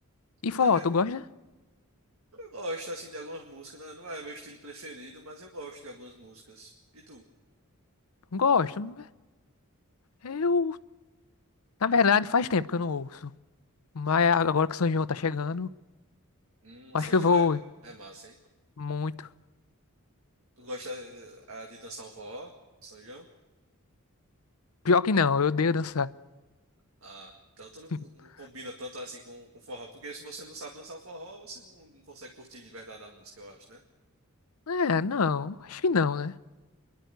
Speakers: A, on the left; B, on the right.
A: E
B: E
A: forró,
B: também
A: tu gosta?
B: Eu gosto, assim, de algumas músicas, né? Não é meu estilo preferido, mas eu gosto de algumas músicas. E tu?
A: Gosto. Eu, na verdade, faz tempo que eu não ouço. Mas agora que o São João tá chegando,
B: Hum, o
A: acho
B: São
A: que eu
B: João
A: vou
B: é, é massa, hein?
A: muito.
B: Tu gosta eh, ah, de, dançar um forró, São João?
A: Pior que não, eu odeio dançar.
B: Ah, então tu não,
A: <laughs>
B: não combina tanto assim com, com forró, porque se você não sabe dançar forró, você não, não consegue curtir de verdade a música, eu acho, né?
A: É, não, acho que não,
B: N-
A: né?